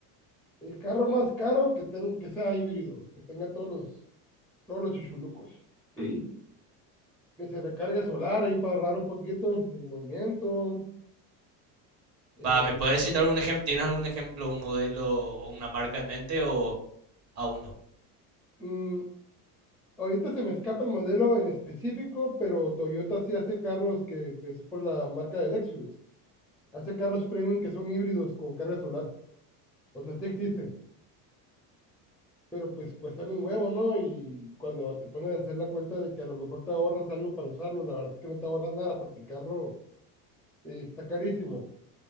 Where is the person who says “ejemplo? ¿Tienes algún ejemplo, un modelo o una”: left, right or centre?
Right